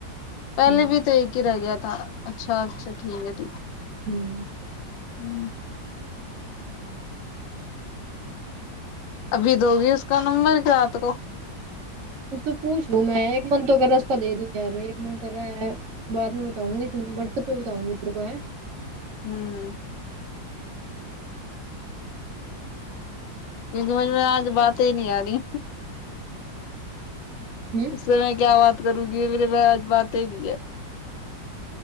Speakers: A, on the left; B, on the right.
A: پہلے
B: ہوں
A: بھی تو ایک ہی رہ گیا تھا اچھا اچھا ٹھیک ہے تھی
B: ہوں
A: ہمم ابھی دو گی اس کا نمبر کی رات کو
B: اس سے پوچھ لوں میں ایک من تو کر رہا اس کا دے دوں یار ایک من کر رہا ہے بعد میں بتاؤں گی واٹسپ پے بتاؤ گی تیر کو ہے
A: ہمم سمجھ میں آج باتیں نہیں آ رہی
B: ہوں
A: اس سے میں کیا بات کروں گی میرے بے آج بات ہی نہیں ہے